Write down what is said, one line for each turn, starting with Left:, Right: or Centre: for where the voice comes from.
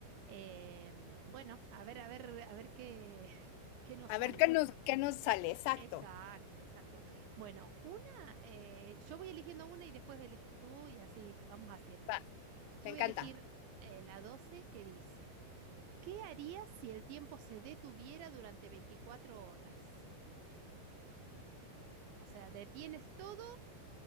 Right: eh, bueno, a ver, a ver, a ver qué, <laughs> qué nos
Left: A
Right: sale.
Left: ver, ¿qué nos, qué nos sale? Exacto.
Right: Exacto, exacto. Bueno, una, eh, yo voy eligiendo una y después eliges tú y así vamos haciendo.
Left: Va,
Right: Yo
Left: me
Right: voy
Left: encanta.
Right: a elegir eh, la 12 que dice, ¿qué harías si el tiempo se detuviera durante 24 horas? O sea, detienes todo